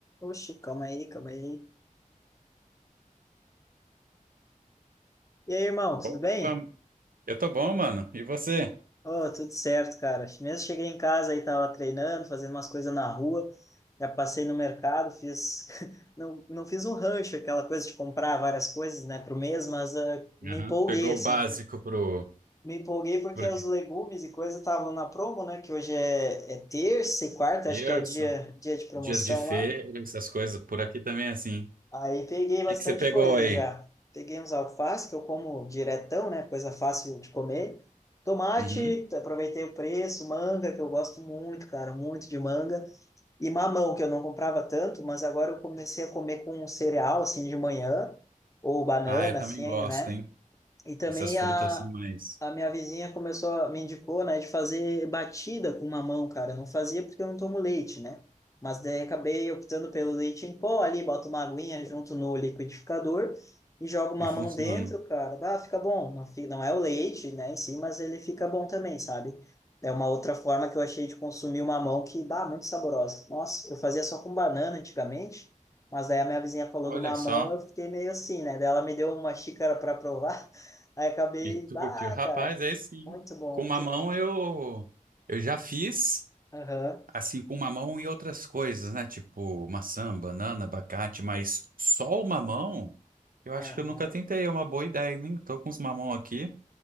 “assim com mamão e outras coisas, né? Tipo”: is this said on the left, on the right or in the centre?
Right